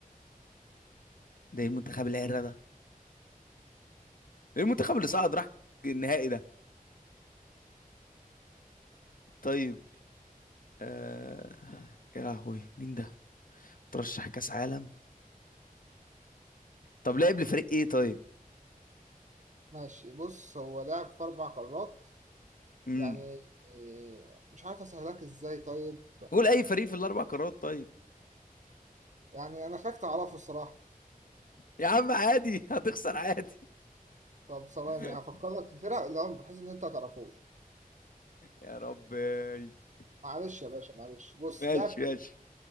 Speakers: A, on the left; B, on the right.
A: ده ايه المنتخب العرة ده ايه المنتخب اللي صعد راح النهائي ده طيب آه... يا لهوي مين ده ترشح كاس عالم طب لعب لفريق ايه طيب
B: ماشي بص هو لعب في أربع قارات
A: امم
B: يعني إيه، مش عارف أسهلك إزاي طيب
A: قول اي فريق في الاربع قارات طيب
B: يعني أنا خايف تعرفه الصراحة
A: يا عم عادي هتخسر عادي
B: طب ثواني
A: <laughs>
B: هفكر لك في فرق اللي هو بحيث إن أنت ما تعرفوش
A: يا ربي <laughs>
B: معلش يا باشا معلش بص
A: ماشي
B: لعب
A: ماشي